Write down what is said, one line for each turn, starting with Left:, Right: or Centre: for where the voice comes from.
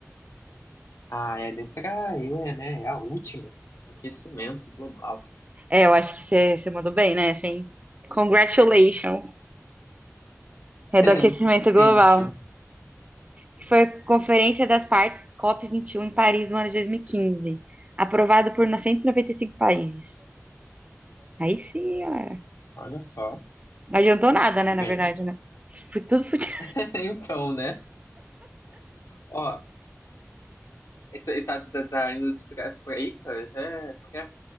Left: Ah, é a letra E, né? É a última. Aquecimento global.
Right: É, eu acho que você mandou bem, né? Assim, congratulations. É
Left: <laughs>
Right: do aquecimento
Left: Thank
Right: global.
Left: you.
Right: que foi a Conferência das Partes COP21 em Paris no ano de 2015, aprovado por 195 países. Aí sim, galera.
Left: Olha só.
Right: Não adiantou nada, né,
Left: Bem,
Right: na verdade, né? Foi tudo fudido.
Left: <laughs> então, né? Ó, e tá, e tá, tá- tá indo de trás pra aí, cara, até porque